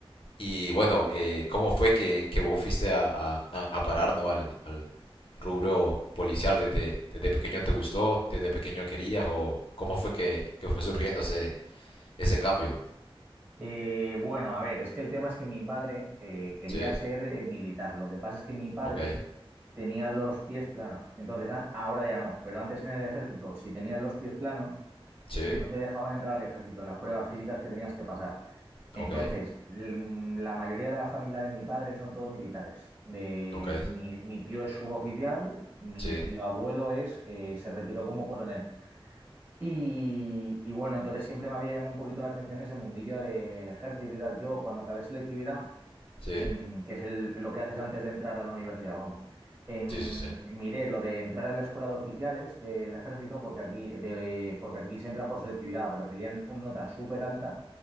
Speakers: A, on the left (about 65°); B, on the right (about 20°).
A: y, bueno, eh, cómo fue que, que vos fuiste a, a- a- a parar, ¿no? Al, al, rubro policial desde, desde pequeño te gustó, desde pequeño querías o cómo fue que, que fue surgiendo ese, ese cambio?
B: Eh, bueno, a ver, es que el tema es que mi padre eh, quería
A: Sí,
B: ser eh, militar. Lo que pasa es que mi padre
A: ok,
B: tenía los pies planos. Entonces, an- ahora ya no, pero antes en el ejército, si tenías los pies planos,
A: sí,
B: no te dejaban entrar al ejército, en las pruebas físicas que tenías que pasar. Entonces,
A: ok,
B: l- la mayoría de la familia de mi padre son todos militares. De,
A: ok,
B: mi, mi tío es suboficial, mi
A: sí,
B: tío abuelo es, eh, se retiró como coronel. Y, y bueno, entonces siempre me había llamado un poquito la atención ese mundillo del ejército y tal. Yo, cuando acabé selectividad,
A: sí,
B: mm, que es el- lo que haces antes de entrar a la universidad, vamos, em,
A: sí, sí, sí,
B: miré lo de entrar a la escuela de oficiales del ejército, porque aquí, de, porque aquí se entra por selectividad, pero pedían una nota súper alta.